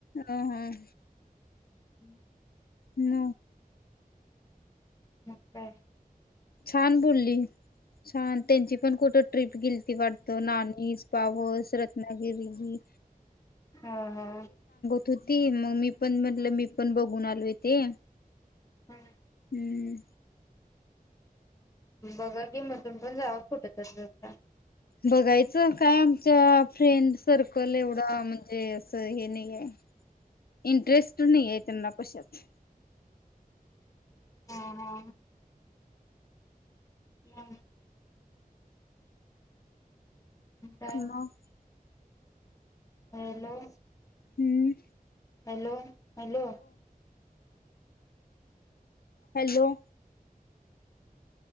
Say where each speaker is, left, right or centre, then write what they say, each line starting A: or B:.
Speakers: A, on the left (about 80°); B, on the left (about 20°).
A: हं हं
B: <inaudible>
A: न
B: मक काय
A: छान बोलली. छान त्यांची पण कुठं ट्रिप गेल ती वाटतं नानीज पाऊस रत्नागिरीगि
B: हा हा
A: होती म मी पण म्हणलं मी पण बघून आलोय तेे
B: हम्
A: हम्म
B: बघा की म तुमी पण जावा कुठं तरी <unintelligible>
A: बघायचं काय आम चा फ्रेंन्ड सर्कल एवढा म्हणजे अस हे नाहीये इंटरेस्ट नाहीये त्यांना कशात
B: हा हा मं काय
A: मग
B: हॅलो!
A: हम्म.
B: Hello! Hello!
A: Hello!